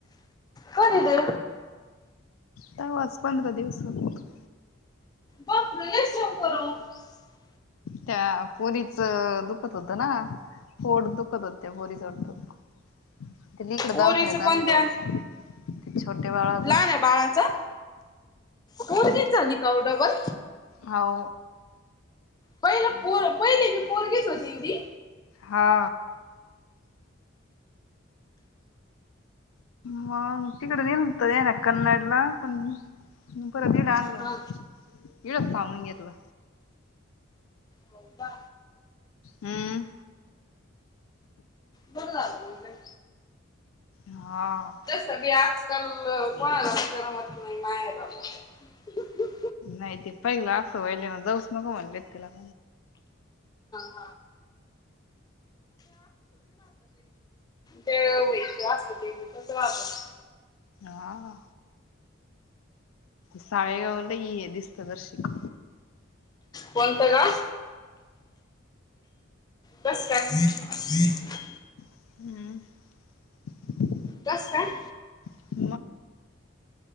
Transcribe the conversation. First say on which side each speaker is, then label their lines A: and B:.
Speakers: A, on the left (about 20°); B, on the left (about 80°).
A: होणे दे
B: तवाच पंधरा दिवस होत्या.
A: <unintelligible>
B: त्या पोरीच दुखत होतं ना पोट दुखत होत त्या पोरीच ते इकडं
A: पोरीचं
B: दवाखान्यात
A: कोणत्या
B: आणलं होत छोटे बाळाच
A: लहान आहे बाळाचं पोरगीच झाली काहो डबल
B: हो
A: पहिलं पोर पहिली बी पोरगीच होती ती.
B: हा म तिकडे निघत यांना कन्नड लहानपणी <unintelligible>
A: हा.
B: इथ थांब. घेतला
A: हो का
B: हम्म
A: बरं झालं मग काय
B: हा
A: जसं मी आज त्याल कोणालाच करमत नाही माहेरी राहुन.
B: नाहीते पहिला वयले ना जाऊच नको म्हणले तिला
A: <unintelligible> <inaudible> देवीच रहातं
B: हा हा साळेगावला ये दिस प्रदर्शित
A: कोणत गाव? कस काय? <inaudible>
B: हम्म
A: कस काय
B: <inaudible>